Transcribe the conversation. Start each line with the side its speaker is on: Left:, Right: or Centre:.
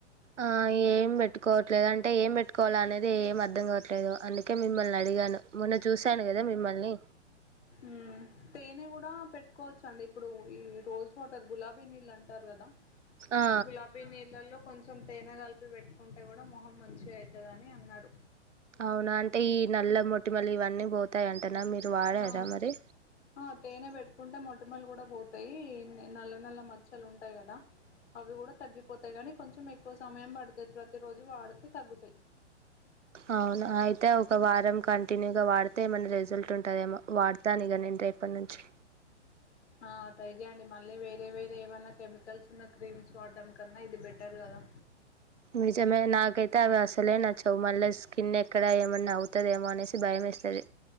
Right: ఆ ఏం పెట్టుకోవట్లేదు అంటే ఏం పెట్టుకోవాల అనేది ఏం అర్ధం గాద్ ట్లేదు అందుకే మిమ్మల్ని అడిగాను మొన్న చూశాను కదా మిమ్మల్ని
Left: ఉమ్ తేన కూడా పెట్ కోవచ్చు అండి ఇప్పుడు ఈ రోజు వాటర్ గులాభి నీళ్లన్ టర్రదా
Right: ఆ
Left: గులాబీ నీళ్లల్లో కొంచెం కొంచెం తేనె కలిపి పెట్టుకుంటే కూడా మొహం మంచిగా అయితదని అన్నారు
Right: అవునా అంటే ఈ నల్ల మొటిమలు ఇవన్నీ పోతాయంటనా మీరు వాడారా
Left: ఆ
Right: మరి
Left: ఆ తేనె పెట్కుంటే మొ టిమలు కూడా పోతాయి నల్ల నల్ల మచ్చలు ఉంటాయి కదా అవి కూడా తగ్గిపోతాయి అంతేగాని కొంచెం ఎక్కువ సమయం పడుత మీరు ప్రతి రోజు వాడుతే తగ్గుతాయి
Right: అవునా అయితే ఒక వారం కంటిన్యూగా వాడితే ఏమన్నా రిజల్ట్ ఉంటదేమో వాడతాను ఇక నేను రేపటి నుంచి
Left: ఆ ట్రై చేయండి మళ్ళీ వేరే వేరే ఏమన్నా కెమికల్స్ చిన్న క్రీమ్స్ వాడటం కన్నా ఇది బెటర్ కదా
Right: నిజమే నాకైతే అవి అసలే నచవు మళ్ళ స్కిన్ ఎక్కడ ఏమన్నా అవుతదేమో అనేసి భయం ఏస్టది